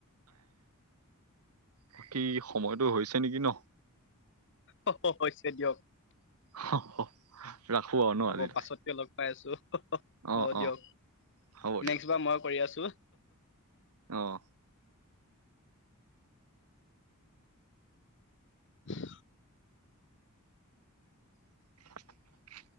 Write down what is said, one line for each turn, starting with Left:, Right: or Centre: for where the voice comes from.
Right: বাকী সময়টো হৈছে নেকি ন?
Left: অ', হৈছে দিয়ক।
Right: <inaudible> আৰু ন
Left: হ'ব
Right: আজিলৈ
Left: পাছতকে লগ পাই আছো
Right: অঁ
Left: অ' দিয়ক।
Right: অঁ হ'ব দিয়ক
Left: নেক্সট বাৰ মই কৰি আছো।
Right: অঁ
Left: <inaudible>
Right: <inaudible>